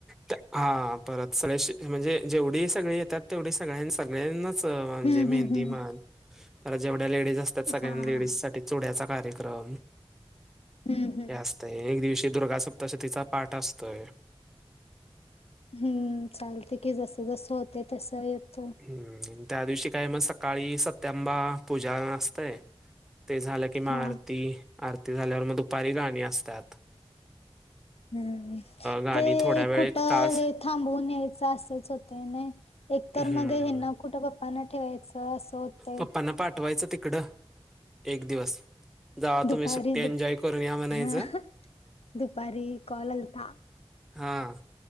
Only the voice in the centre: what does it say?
त हा परत स्लॅश म्हणजे जेवढी सगळे येतात तेवढी सगळ्यांच सगळ्यांनाच म्हणजे
मेहंदी
माल तर जेवढ्या लेडीज असतात
सगळ्यां
लेडीज
साठी चुड्याचा कार्यक्रम
हे अस तय एक दिवशी दुर्गासप्तशतीचा पाठ असतोय.
हम्म त्या दिवशी काय म सकाळी सत्यांबा पूजा असतय. ते झालं किं मा
आरती आरती झाल्यावर मग दुपारी गाणी असत्यात.
गाणी
थोड्या वेळ
एक तास
हम्म
पप्पांना पाठवायचं तिकडं एक दिवस जावा
तुम्ही सुट्टी एन्जॉय
करून या म्हणायचं.
हा.